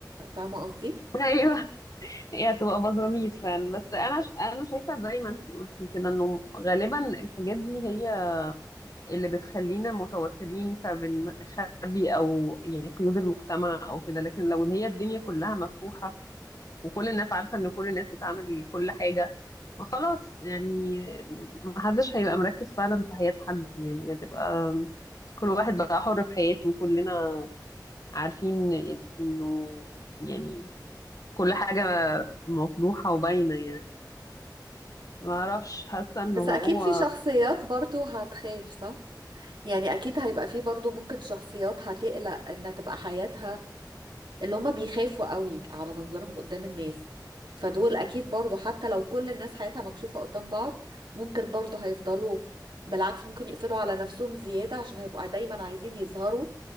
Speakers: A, on the right; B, on the left.
A: فاهمة قصدي؟
B: ايوه هي هتبقى بزراميط فعلا بس انا ش... انا شايفه زي ما انت قلتي كده انه غالبا الحاجات دي هي اللي بتخلينا متوترين فبن- خبي او يعني قيود المجتمع او كده لكن لو ان هي الدنيا كلها مفتوحة وكل الناس عارفة ان كل الناس بتعمل كل حاجة ما خلاص يعني محدش هيبقى مركز فعلا في حياة حد يعني هتبقى كل واحد بقى حر في حياته وكلنا عارفين انه يعني كل حاجة مفضوحة وباينة يعني ما اعرفش حاسة ان
A: بس
B: هو
A: اكيد في شخصيات برضو هتخاف صح يعني اكيد هيبقى في برضو ممكن شخصيات هتقلق انها تبقى حياتها اللي هما بيخافوا قوي على منظرهم قدام الناس فدول اكيد برضو حتى لو كل الناس حياتها مكشوفة قدام بعض ممكن برضو هيفضلوا بالعكس ممكن يقفلوا على نفسهم زيادة عشان هيبقوا دايما عايزين يظهروا